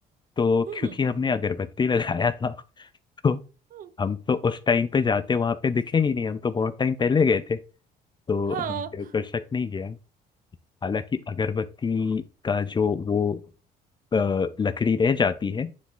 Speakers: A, on the left (about 25°); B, on the right (about 55°).
A: तो
B: हम्म
A: क्योंकि हमने अगरबत्ती लगाया था <laughs>
B: हम्म,
A: हम तो उस टाइम पे जाते वहां पे दिखे ही नहीं हम तो बहुत टाइम पहले गए थे तो
B: हाँ
A: हमने दर्शक नहीं गया हालांकि अगरबत्ती का जो वो अ, लकड़ी रह जाती है